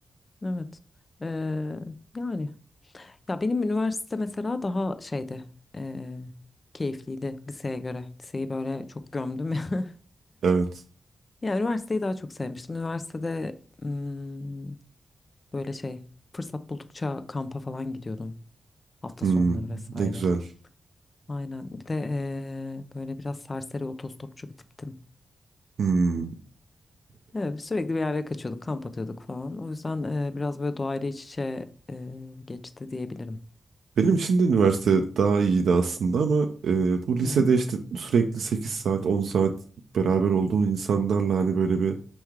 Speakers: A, on the left; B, on the right.
A: Evet. Ee, yani ya benim üniversite mesela daha şeydi ee, keyifliydi liseye göre. Liseyi böyle çok gömdüm <laughs> ya.
B: Evet.
A: Ya üniversiteyi daha çok sevmiştim. Üniversitede hmm, böyle şey fırsat buldukça kampa falan gidiyordum hafta
B: Hmm,
A: sonları vesaire.
B: ne güzel.
A: Aynen. Bir de ee, böyle biraz serseri otostopçu bir tiptim. <laughs>
B: Hmm.
A: Evet, sürekli bir yerlere kaçıyorduk, kamp atıyorduk falan. O yüzden ee, biraz böyle doğayla iç içe ee, geçti diyebilirim.
B: Benim için de üniversite
A: Öz-
B: daha iyiydi aslında ama eee, bu lisede
A: Hı hı.
B: işte sürekli 8 saat 10 saat beraber olduğun insanlarla hani böyle bir